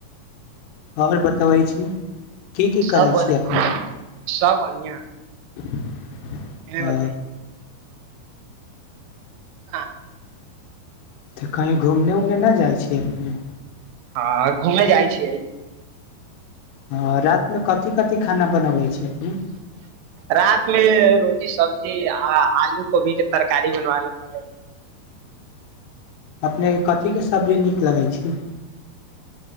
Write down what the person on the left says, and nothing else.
आओर बतबै छी की की
करै
छी अपने
<unintelligible>
अ,
तऽ कहीँ घूमने उमने नहि जाइ छियै अपने
ह रात मे कथी कथी खाना बनबै छी अपने
अपनेके कथिके सब्जी नीक लगै छै